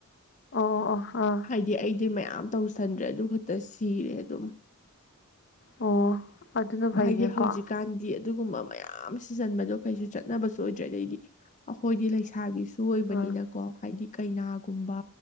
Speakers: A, on the left; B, on the left.
A: ꯑꯣ ꯑꯣ ꯑꯥ
B: ꯍꯥꯏꯗꯤ ꯑꯩꯗꯤ ꯃꯌꯥꯝ ꯇꯧꯁꯟꯗ꯭ꯔꯦ ꯑꯗꯨ ꯈꯛꯇ ꯁꯤꯔꯦ ꯑꯗꯨꯝ
A: ꯑꯣ ꯑꯗꯨꯅ ꯐꯩꯅꯦꯀꯣ
B: ꯍꯥꯏꯗꯤ ꯍꯧꯖꯤꯛꯀꯥꯟꯗꯤ
A: ꯑꯥ
B: ꯑꯗꯨꯒꯨꯝꯕ ꯃꯌꯥꯝ ꯁꯤꯖꯟꯕꯗꯣ ꯀꯩꯁꯨ ꯆꯠꯅꯕꯁꯨ ꯑꯣꯏꯗ꯭ꯔꯦ ꯑꯗꯩꯗꯤ ꯑꯩꯈꯣꯏꯒꯤ ꯂꯩꯁꯥꯕꯤꯁꯨ ꯁ ꯑꯣꯏꯕꯅꯤꯅꯀꯣ
A: ꯍꯣꯏ
B: ꯍꯥꯏꯗꯤ ꯀꯩꯅꯥꯒꯨꯝꯕ